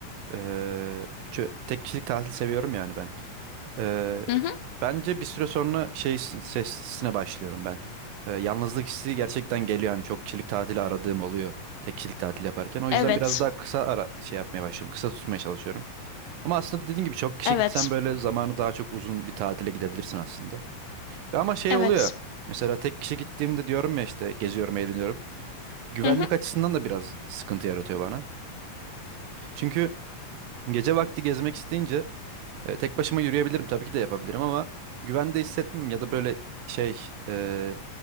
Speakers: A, on the right; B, on the left.
A: Ee, çö- tek kişilik tatil seviyorum yani ben. Ee,
B: Hı hı.
A: bence bir süre sonra şey s- sesine başlıyorum ben. Ee, yalnızlık hissi gerçekten geliyor. Hani çok kişilik tatili aradığım oluyor. Tek kişilik tatil yaparken. O yüzden
B: Evet.
A: biraz daha kısa ara şey yapmaya başlıyorum. Kısa tutmaya çalışıyorum. Ama aslında dediğim gibi çok kişi
B: Evet.
A: gitsen böyle zamanı daha çok uzun bir tatile gidebilirsin aslında. Ve ama şey
B: Evet.
A: oluyor. Mesela tek kişi gittiğimde diyorum ya işte geziyorum, eğleniyorum. Güvenlik
B: Hı hı.
A: açısından da biraz sıkıntı yaratıyor bana. Çünkü gece vakti gezmek isteyince e, tek başıma yürüyebilirim tabii ki de yapabilirim ama güvende hissetmem ya da böyle şey e,